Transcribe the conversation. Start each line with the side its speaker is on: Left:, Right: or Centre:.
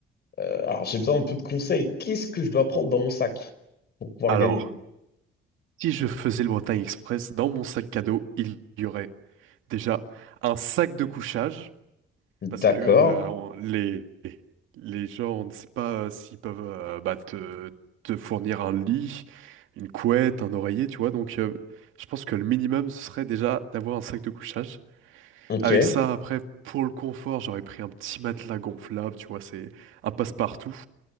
Left: euh, alors j'ai besoin un peu de conseils. Qu'est-ce que je dois prendre dans mon sac pour pouvoir
Right: Alors,
Left: gagner?
Right: si je faisais le Bretagne Express, dans mon sac à dos, il y aurait déjà un sac de couchage. parce
Left: D'accord,
Right: que euh, on- les, les gens, on ne sait pas s'ils peuvent euh, bah, te, te fournir un lit, une couette, un oreiller, tu vois. Donc, euh, je pense que le minimum, ce serait déjà d'avoir un sac de couchage.
Left: ok,
Right: Avec ça, après, pour le confort, j'aurais pris un petit matelas gonflable, tu vois, c'est un passe-partout.